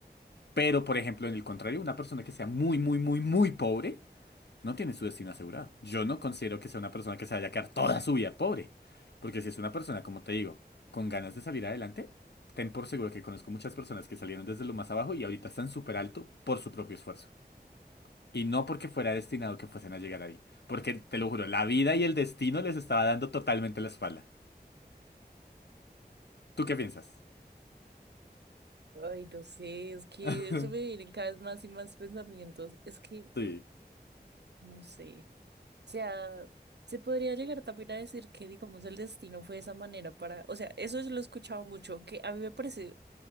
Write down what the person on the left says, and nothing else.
Pero, por ejemplo, en el contrario, una persona que sea muy, muy, muy, muy pobre, no tiene su destino asegurado. Yo no considero que sea una persona que se vaya a quedar toda su vida pobre. Porque si es una persona, como te digo, con ganas de salir adelante, ten por seguro que conozco muchas personas que salieron desde lo más abajo y ahorita están súper alto por su propio esfuerzo. Y no porque fuera destinado que fuesen a llegar ahí. Porque, te lo juro, la vida y el destino les estaba dando totalmente la espalda. ¿Tú qué piensas?
<laughs>
Sí.